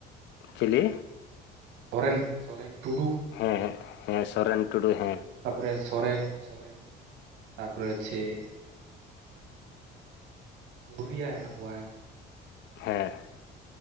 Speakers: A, on the left; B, on the right.
A: ᱪᱤᱞᱮ
B: ᱥᱚᱨᱮᱱ ᱥᱚᱨᱮᱱ ᱴᱩᱰᱩ
A: ᱦᱮᱸ ᱾ ᱦᱮᱸ, ᱦᱮᱸ ᱥᱚᱨᱮᱱ, ᱴᱩᱰᱩ ᱦᱮᱸ
B: ᱛᱟᱯᱚᱨᱮ ᱥᱚᱨᱮᱱ, ᱥᱚᱨᱮᱱ ᱛᱟᱨᱯᱚᱨᱮ ᱟᱪᱷᱮ <inaudible> ᱩᱜᱤᱭᱟ ᱦᱮᱱᱟᱜ ᱠᱚᱣᱟ᱾
A: ᱦᱮᱸ